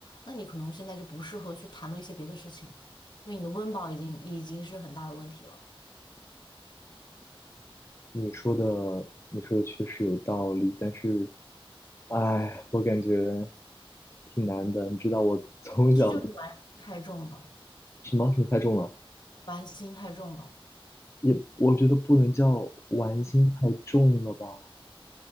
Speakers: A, on the left (about 50°); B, on the left (about 30°).
A: 那你可能现在就不适合去谈论一些别的事情，因为你的温饱已经已经是很大的问题了，
B: 你说的你说的确实有道理，但是，哎，我感觉挺难的。你知道我 <laughs> 从小
A: 其实就是玩心太重了，
B: 什么什么太重了，
A: 玩心太重了。
B: 也我觉得不能叫玩心太重了吧。